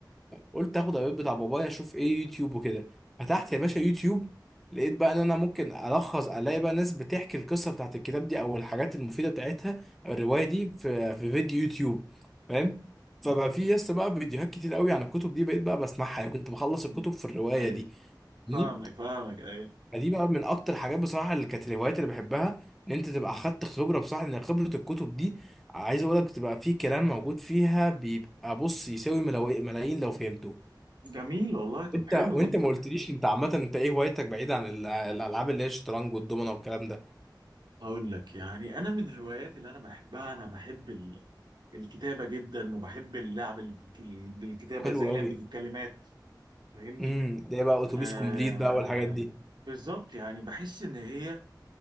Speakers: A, in the centre; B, on the right.
A: قلت اخد الابيض بتاع بابايا اشوف ايه يوتيوب وكده فتحت يا باشا يوتيوب لقيت بقى ان انا ممكن الخص الاقي بقى ناس بتحكي القصه بتاعت الكتاب دي او الحاجات المفيده بتاعتها أو الروايه دي في في فيديو يوتيوب فاهم فبقى في يس بقى فيديوهات كتير قوي عن الكتب دي بقيت بقى بسمعها يعني كنت بخلص
B: مم.
A: الكتب في الروايه
B: ايوه
A: دي فاهمني
B: فاهمك فاهمك ايوه
A: فدي بقى من اكتر الحاجات بصراحه اللي كانت الهوايات اللي بحبها ان انت تبقى اخدت خبره بصراحه لان خبره الكتب دي عايز اقول لك بتبقى في كلام موجود فيها بيبقى بص يساوي ملاوي- ملايين لو فهمته
B: جميل والله طب
A: انت
B: حلو
A: وانت
B: جدا
A: ما قلتليش انت عامه انت ايه هوايتك بعيد عن ال- الالعاب اللي هي الشطرنج والدومنه والكلام ده
B: هقول لك يعني انا من هواياتي اللي انا بحبها انا بحب ال... الكتابه جدا وبحب اللعب ال- بالكتابه
A: حلو
B: زي
A: قوي
B: لعبه الكلمات فاهمني
A: امم ده إيه بقى اتوبيس
B: آه
A: كومبليت بقى والحاجات دي
B: بالظبط يعني بحس ان هي